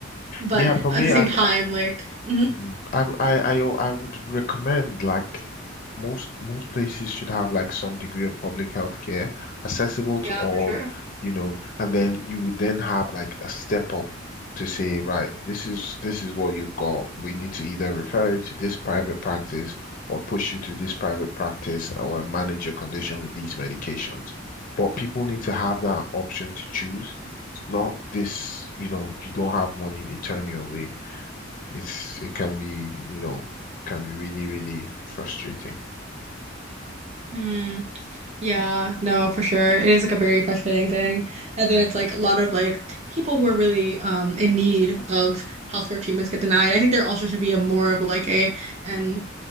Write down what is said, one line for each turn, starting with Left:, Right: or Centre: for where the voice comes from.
Right: But
Left: Yeah, for me,
Right: at the same
Left: I
Right: time, like, mhm.
Left: Mm, I, w- I, I, o- I would recommend like most most places should have like some degree of public health care accessible
Right: Yeah,
Left: to all,
Right: for sure.
Left: you know, and then you would then have like a step up to say, right, this is this is what you've got. We need to either refer you to this private practice or push you to this private practice or manage your condition with these medications. But people need to have that option to choose. It's not this, you know, you don't have money, they turn you away. It's it can be, you know, can be really, really frustrating.
Right: Mm. Yeah, no, for sure. It is like a very frustrating thing. And
Left: Yeah.
Right: then it's like a lot of like people who are really um in need of healthcare treatments get denied. I think there also should be a more of like a and